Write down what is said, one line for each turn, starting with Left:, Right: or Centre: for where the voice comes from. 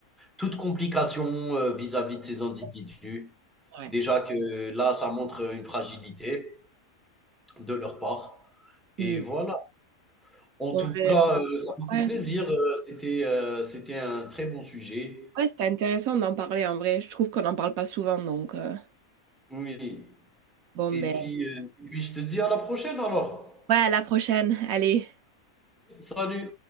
Centre: toute complication euh, vis-à-vis de ces individus.
Right: ouais.
Centre: Déjà que là, ça montre une fragilité de leur part. Et
Right: Mm.
Centre: voilà. En
Right: Bon,
Centre: tout
Right: ben,
Centre: cas, heu, ça m'a
Right: ouais.
Centre: fait plaisir, heu, c'était, heu, c'était un très bon sujet.
Right: Ouais, c'était intéressant d'en parler en vrai. Je trouve qu'on n'en parle pas souvent, donc euh,
Centre: Oui
Right: bon
Centre: et
Right: ben.
Centre: puis, heu et puis je te dis à la prochaine alors.
Right: Ouais, à la prochaine. Allez.
Centre: Salut.